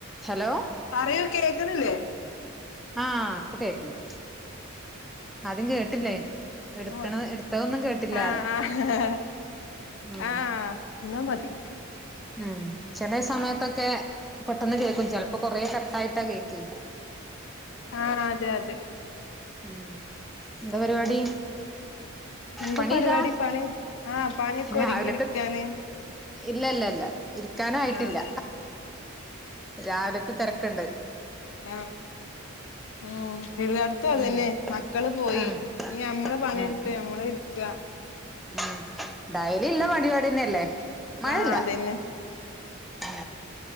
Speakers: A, in the centre; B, on the left (about 65°).
A: Hello
B: പറയൂ കേൾക്കണില്ലേ
A: ആ ഇപ്പൊ കേക്കണ്ട് ആദ്യം കേട്ടില്ലേ എടുക്കണ
B: ന്നാ മതി
A: എടുത്തതൊന്നും കേട്ടില്ല
B: ആഹ്
A: ആറ്
B: ആഹ്
A: ഉ ഉ
B: ആഹ് എന്നാ മതി
A: ഉ ഉ ചെല സമയത്തൊക്കെ പെട്ടെന്ന് കേക്കും ചെലപ്പോ കൊറെേ കട്ടായിട്ടാ കേക്കി
B: ആ അതെ അതെ
A: ഉം എന്താ പരിപാടി
B: എന്താ
A: പണി
B: പരിപാടി
A: ഇതാ
B: പണി ആ പണിയൊക്കെ
A: രാവിലത്തെ
B: ഒരുങ്ങിയിരിക്കാണ്
A: ഇല്ല ഇല്ല ഇല്ല ഇരിക്കാനയിട്ടില്ല
B: ആഹ്
A: രാവിലത്തെ തിരക്കുണ്ട്
B: ആ ഉ എല്ലായിടത്തും അതുന്നെ
A: ഉം
B: മക്കള് പോയി
A: ആഹ്
B: ഇനി നമ്മളെ പണിയെടുത്ത
A: ഉം
B: നമ്മള് ക്യാ
A: ഉം ഡയലി ഇല്ല പരിപാടിന്നെയല്ലേ മഴല്ല
B: ആഹ് അതന്നെ
A: ഉ